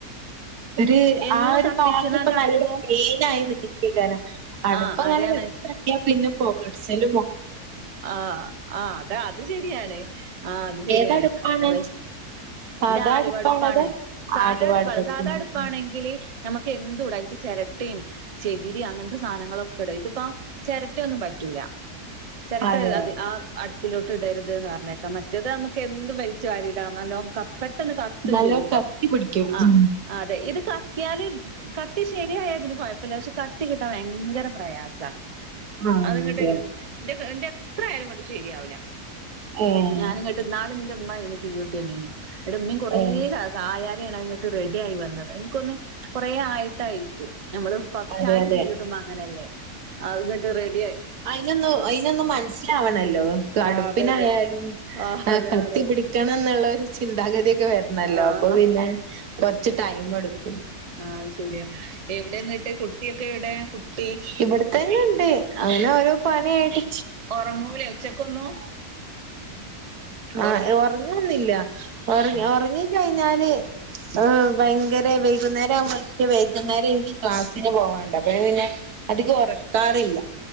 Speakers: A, on the right (about 80°); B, on the right (about 40°).
A: ഒര്
B: എന്നും
A: ആ ഒരു
B: കത്തിച്ച്ണതാവുമ്പോ
A: ഭാഗ ഇപ്പ നല്ല ക്ലീനായി നി ക്കേക്കാരം. അട്പ്പങ്ങാന്
B: ആഹ് അതാണ്
A: കത്തിയാപിന്നെ പൊകട്ച്ചലും
B: ആഹ് ആഹ് അത അത് ശരിയാണ്. ആഹ് അത് ശരിയാണ്
A: ഏതടുപ്പാണ്
B: അവ
A: സാധാ
B: ഇൻ്റെ ആലുവടുപ്പാണ്.
A: അടുപ്പാണോ അതോ
B: സാധാട്പ്പാണ്.
A: ആലുവ അടുപ്പത്തന്നെ
B: സാധാ അടുപ്പാണെങ്കില് നമക്ക് എന്തൂട അയ്ക്ക് ചെരട്ടിം ചെകിരി അങ്ങൻത്തെ സാനങ്ങളൊക്കെ ഇട. ഇതിപ്പ ചെരട്ടയൊന്നും പറ്റൂല. ചെരട്ട
A: അതെയോ
B: അത് ആഹ് അട് പിലോട്ട് ഇടര്ത് ന്ന് പറഞ്ഞേക്കാം. മറ്റേത് അമ്മക്ക് എന്തും വൽച്ച് വാരിടാം നല്ലോം ക പെട്ടെന്ന് കത്തും
A: നല്ലോം
B: ചെയ്യുട്ടോ.
A: കത്തി പിടിക്കും
B: ആഹ്
A: ഉം
B: അതെ ഇത് കത്തിയാല് കത്തി ശരിയായ ഇതിന് കൊഴപ്പല്ല്യ. പക്ഷെ കത്തി കിട്ടാൻ ഭയങ്കര പ്രയാസാ
A: ആഹ്
B: അത് ഇങ്ങട്ട്
A: അതെ
B: എൻ്റെ ഇൻ്റെ എത്ര ആയാലും ഇങ്ങണ്ട് ശരിയാവൂല
A: ഏഹ്
B: ഞാനിങ്ങ ട്ട് ഇന്നാളിന്റെമ്മ ഇനി തീയുട്ടന്നീനി. ഇന്ന്ട്ടിമ്മിം കെറേ
A: ഓഹ്
B: കാല കായാനേണ്ങ്ങട്ട് റെഡി ആയി വന്നത്. ഇൻക്കോന്ന് കൊറേ ആയിട്ടായിരിക്കും നമ്മള് ഫസ്റ്റായിട്ട്
A: അതെ അതെ
B: തീയ്യ്ടുമ്പോ അങ്ങനല്ലേ. അഹ്‌ങ്ങട്ട് റെഡി ആയി
A: നൊന്ന് അയ്നൊന്നും മൻസ്സിലാവണല്ലോ അടുപ്പിനായാലും
B: ആ അതെ അതെ ആ അതെ
A: കത്തി
B: അതെ
A: പിടി ക്കണന്ന്ള്ള ഒരു ചിന്താഗതിയൊക്കെ വെര്ണല്ലോ
B: ആഹ്
A: അപ്പൊ പിന്നെ കൊർച്ച് ടൈമെടുക്കും
B: ആ ആഹ് ശരിയാ. എവ്ടെന്നിട്ട് കുട്ടിയൊക്കെ എവ്ടേ ട്ടി,
A: ഇവിടെ
B: കുട്ടി,
A: തന്നെ ഉണ്ട് അങ്ങനെ ഓരോ പണിയായിട്ട്
B: ഒറങ്ങൂലെ ഉച്ചക്കൊന്നും
A: ആഹ്,
B: ഒറ
A: ഒറങ്ങുന്നില്ല.
B: ആഹ്
A: ഒറങ്ങിക്കെയ്ഞ്ഞാല് ആഹ്, ഭയങ്കര വൈകുന്നേരം ആവുമോ ഇൻക് വൈകുന്നേരം ഇൻക്ക് ക്ലാസ്സിന് പോവാണ്ട് ഞാൻ പിന്നെ അതിക ഒറക്കാറില്ല്യ